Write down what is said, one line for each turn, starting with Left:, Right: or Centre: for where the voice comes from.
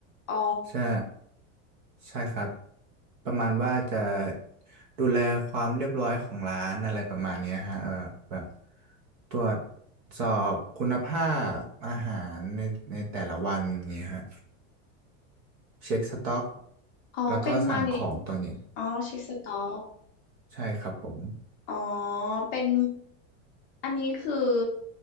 Left: อ๋อ
Right: ใช่ใช่ครับประมาณว่าจะดูแลความเรียบร้อยของร้านอะไรประมาณเนี้ยฮะเอ่อแบบตรวจสอบคุณภาพอาหารในในแต่ละวันอย่างนี้ฮะเช็คสต็อก
Left: อ๋อเป็นมาเนจ
Right: แล้วก็สั่งของตัวนี้
Left: อ๋อเช็คสต็อก
Right: ใช่ครับผม
Left: อ๋อ เป็นอันนี้คือ